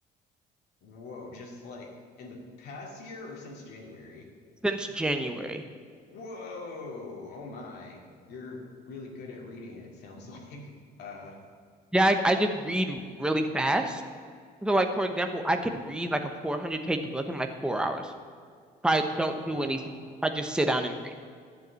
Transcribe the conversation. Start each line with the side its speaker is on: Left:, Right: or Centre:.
Left: Whoa, just like in the past year or since January?
Centre: since January.
Left: Whoa, oh my, you're really good at reading, it sounds <laughs> like. Uh,
Centre: Yeah, I, I just read really fast. So like for example, I could read like a 400 page book in like four hours if I don't
Left: wow.
Centre: do anything. If I just sit down and read.